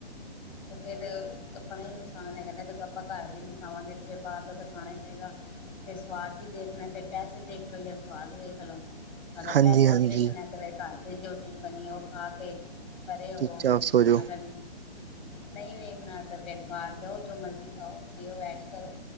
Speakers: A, on the left (about 20°); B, on the right (about 65°).
A: ਤੇ ਫੇਰ ਆਪਨਾ ਈ ਨੁਕਸਾਨ ਐ, ਕਹਿੰਦੇ ਜਦੋਂ ਆਪਾਂ ਘਰ ਦੇ ਨੀ ਖਾਵਾਂਗੇ ਤੇ ਫੇਰ ਬਾਰ ਦਾ ਤਾ ਖਾਨਾ ਈ ਪਏਗਾ। ਫੇਰ ਸਵਾਦ ਵੀ ਦੇਖਨੈ ਫੇਰ ਪੈਸੇ ਦੇਖ ਲੋ ਜਾ ਸਵਾਦ ਵੇਖ ਲੋ। ਅਗਰ
B: ਹਾਂਜੀ
A: ਪੈਸਾ
B: ਹਾਂਜੀ
A: ਦੇਖਨੈ ਤੇ ਫੇਰ ਘਾਰ ਦੇ ਜੋ ਚੀਜ਼ ਬਨੀ ਓ ਖਾ ਕੇ ਪਰੇ ਹੋਵੋ
B: ਚੁੱਪ ਚਾਪ ਸੋ ਜਾਓ
A: ਅਗਰ ਨਈ ਵੇਖਨਾ ਤਾ ਫੇਰ ਬਾਹਰ ਜਾਓ ਜੋ ਮਰਜ਼ੀ ਖਾਓ, ਪੀਓ ਐਸ਼ ਕਰੋ।